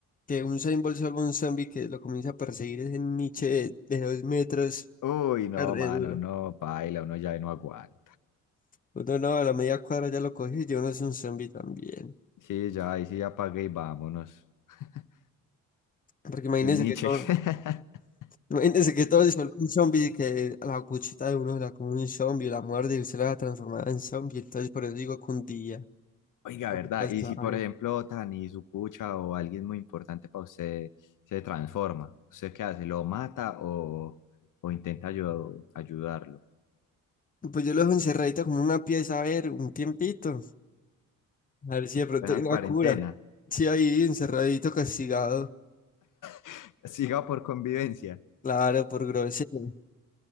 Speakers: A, on the left (about 25°); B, on the left (about 60°).
A: que un Usain Bolt se vuelva un zombie que lo comienza a perseguir ese niche de, de dos metros,
B: Uy, no,
A: ah, re
B: mano,
A: duro.
B: no, paila, uno ya ahí no aguanta.
A: Uno no, a la media cuadra ya lo cogió y yo no es un zombie también.
B: Sí, ya, ahí sí ya pagué y vámonos. <laughs>
A: Porque imagínense
B: Que un Nietzsche.
A: que todo,
B: <laughs>
A: imagínense que todo se vuelve un zombie y que a la cuchita de uno se la come un zombie, la muerde y usted la transformada en zombie. Entonces por eso digo que un día.
B: Oiga,
A: nunca
B: ¿verdad? Y
A: sabe.
B: si, por ejemplo, Tani, su pucha o alguien muy importante para usted se transforma, ¿usted qué hace? ¿Lo mata o, o intenta ayu- ayudarlo? ¿Lo
A: Pues yo lo dejo encerradito como una pieza, a ver, un tiempito. A ver si de pronto
B: dejan
A: hay una
B: en cuarentena?
A: cura. Sí, ahí encerradito, castigado.
B: <laughs> ¿Siga por convivencia?
A: Claro, por grosero.